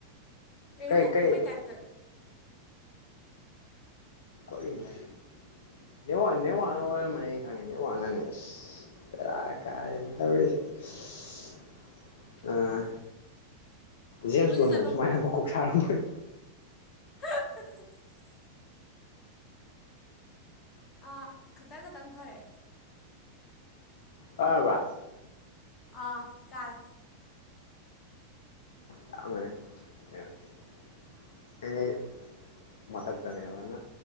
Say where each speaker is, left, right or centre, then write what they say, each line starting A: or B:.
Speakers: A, on the left; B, on the left.
A: ꯀꯩꯅꯣꯝꯃ
B: ꯀꯩ ꯀꯩ
A: ꯎꯪꯕꯩ ꯇꯥꯏꯞꯇꯥ
B: ꯀꯔꯤꯅꯣ ꯍꯥꯏꯁ ꯅꯦꯋꯥꯛꯅ ꯅꯦꯋꯥꯛꯅ ꯑꯣꯏꯔꯝꯃꯅꯤ ꯑꯩ ꯈꯪꯉꯦ ꯅꯦꯋꯥꯛꯅꯅꯦ ꯑꯁ ꯕꯦꯔꯥ ꯀꯥꯔꯦꯅꯦ ꯇꯧꯔꯤꯁꯦ ꯏꯁ ꯑꯥ ꯖꯦꯝꯁꯕꯣꯟꯕꯣꯛ
A: ꯀꯣꯏꯆꯠ ꯆꯠꯂꯣ
B: ꯁꯨꯃꯥꯏꯅ ꯃꯀꯣꯛ ꯁꯥꯔꯝꯃꯣꯏ
A: <unintelligible> ꯑꯥ ꯈꯇ ꯈꯇꯪ ꯐꯔꯛꯑꯦ
B: ꯇꯥꯔꯕ꯭ꯔꯥ
A: ꯑꯥ ꯇꯥꯔꯦ
B: ꯇꯔꯝꯒꯅꯤ <unintelligible> ꯃꯊꯛꯇꯅꯦꯕꯅ